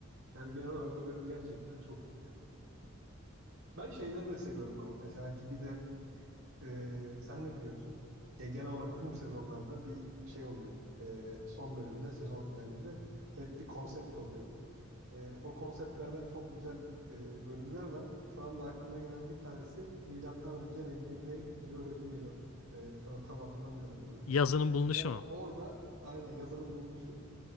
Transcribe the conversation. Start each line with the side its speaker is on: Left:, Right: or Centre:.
Right: Yani genel olarak o bölüm gerçekten çok iyi ya. Ben şeyleri de seviyorum ama. Mesela gibi de e, sen ne biliyorsun? Ya genel olarak tüm sezonlarda bir şey oluyor. E, son bölümde, sezon finalinde hep bir konsept oluyor. E, o konseptlerden çok güzel e, bölümler var. Şu anda aklıma gelen bir tanesi milattan önce ne bileyim ne e, öğretim yılı. E, şu an tam hatırlamıyorum gibi.
Left: Yazının bulunuşu
Right: Yani orada
Left: mu?
Right: aynen yazının bulunuşu.